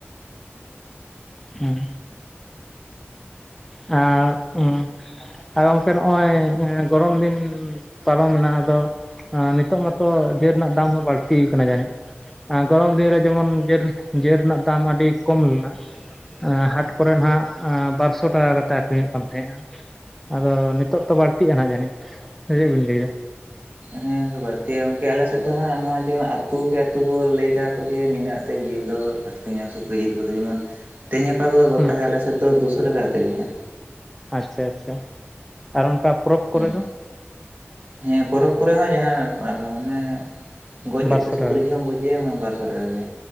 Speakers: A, in the centre; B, on the right.
A: ᱦᱩᱸ ᱟᱨ ᱩᱸ <inaudible> ᱟᱨ ᱜᱚᱝᱠᱮ ᱱᱚᱜᱼᱚᱭ ᱜᱚᱨᱚᱢ ᱫᱤᱱ ᱯᱟᱨᱚᱢᱮᱱᱟ ᱟᱫᱚ ᱱᱤᱛᱚᱜ ᱢᱟᱛᱚ ᱡᱮᱞ ᱨᱮᱱᱟᱜ ᱫᱟᱢ ᱦᱚᱸ ᱵᱟᱹᱲᱛᱤ ᱠᱟᱱᱟ ᱡᱟᱹᱱᱤᱡ᱾ ᱜᱚᱨᱚᱢ ᱫᱤᱱ ᱨᱮ ᱡᱮᱢᱚᱱ ᱡᱮᱨ, ᱡᱮᱨ ᱨᱮᱱᱟᱜ ᱫᱟᱢ ᱟᱹᱰᱤ ᱠᱚᱢ ᱞᱮᱱᱟ᱾ ᱦᱟᱴ ᱠᱚᱨᱮ ᱱᱟᱜ ᱵᱟᱨᱥᱚ ᱴᱟᱠᱟ ᱠᱟᱛᱮᱫ ᱟᱠᱷᱨᱤᱧᱚᱜ ᱠᱟᱱ ᱛᱟᱦᱮᱸᱱᱟ᱾ ᱟᱫᱚ ᱱᱤᱛᱳᱜ ᱛᱚ ᱵᱟᱹᱲᱛᱤᱜᱼᱟ ᱱᱟᱸᱜ ᱡᱟᱹᱱᱤᱡ, ᱪᱮᱫ ᱵᱤᱱ ᱞᱮᱭᱫᱟ?
B: ᱦᱮᱸ, ᱜᱚᱝᱠᱮ ᱵᱟᱹᱲᱛᱤᱜ-ᱟ ᱜᱚᱝᱠᱮ ᱟᱞᱮᱥᱮᱫ ᱫᱚ ᱦᱟᱜ ᱱᱚᱣᱟ ᱡᱮ ᱟᱹᱛᱩ ᱠᱮ ᱟᱹᱛᱩ ᱠᱚ ᱞᱮᱭ ᱠᱟ ᱠᱚ ᱡᱮ ᱱᱤᱱᱟ. ᱛᱮ ᱡᱤᱞ ᱫᱚ ᱟᱹᱠᱷᱨᱤᱧᱚᱜ-ᱟ ᱥᱩᱠᱨᱤ ᱡᱮᱞ ᱠᱚᱫᱚ ᱡᱮᱢᱚᱱ ᱛᱮᱦᱧ ᱜᱟᱯᱟ ᱠᱚᱫᱚ ᱜᱚᱴᱟ
A: ᱦᱮᱸ
B: ᱜᱮ ᱟᱞᱮ ᱥᱮ ᱥᱮᱫ ᱫᱚ ᱫᱩᱥᱚ ᱴᱟᱠᱟ ᱠᱟᱛᱮᱜᱮ ᱦᱟᱜ᱾
A: ᱟᱪᱪᱷᱟ, ᱟᱪᱪᱷᱟ, ᱟᱨ ᱚᱱᱠᱟ ᱯᱚᱨᱚᱵᱽ
B: ᱦᱟᱸᱜ
A: ᱠᱚᱨᱮ ᱫᱚ?
B: ᱦᱮᱸ, ᱯᱚᱨᱚᱵᱽ ᱠᱚᱨᱮ ᱦᱚᱸ ᱡᱟᱦᱟᱸ ᱚᱱᱮ ᱜᱚᱡ ᱠᱟᱛᱮᱫ
A: ᱵᱟᱨᱥᱚ ᱴᱟᱠᱟ
B: ᱥᱩᱠᱨᱤ ᱡᱚᱦᱚᱢ ᱜᱚᱡᱮᱭᱟ ᱵᱟᱨᱥᱚ ᱴᱟᱠᱟ ᱜᱮ᱾